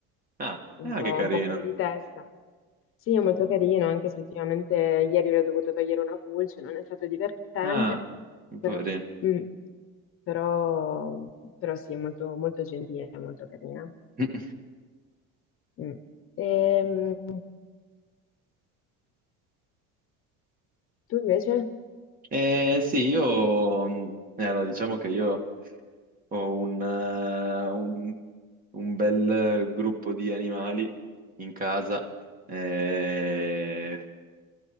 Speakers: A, on the right; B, on the left.
A: Ah,
B: un
A: ah,
B: po',
A: che carino.
B: un po' fuori di testa. Sì, è molto carino, anche se ultimamente ieri l'ho dovuto togliere una pulce, non è stato divertente,
A: Ah, un
B: però...
A: poverino.
B: mm. però, però sì, è molto, molto gentile, molto carina.
A: <laughs>
B: Mm. Ehm, tu invece?
A: Eh sì, io... mh, allora, diciamo che io... Ho un, eh, un- un bel gruppo di animali in casa, eh,